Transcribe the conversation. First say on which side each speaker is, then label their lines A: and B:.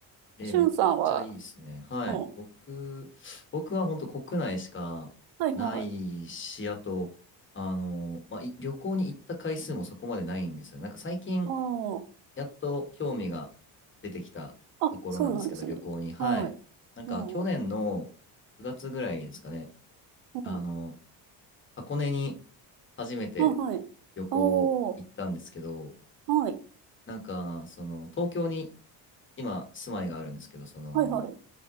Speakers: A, on the left; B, on the right.
A: えーめっちゃいいですね。
B: しゅんさんは、
A: はい。
B: うん。
A: 僕、僕は本当国内しかないし、
B: はいはい。
A: あと、あの、まあ、い旅行に行った回数もそこまでないんですよね。なんか最近、
B: あ
A: やっと興味が出てきたところなんですけど、
B: あ。あ、そうなんですね。
A: 旅行に。はい。
B: はい。
A: なんか去年の9月ぐらいですかね、
B: うんうん。うん。
A: あの、箱根に初めて
B: あ、はい。
A: 旅行行ったんですけど、
B: おー、はい。
A: なんか、その、東京に今住まいがあるんですけど、その、
B: はいはい。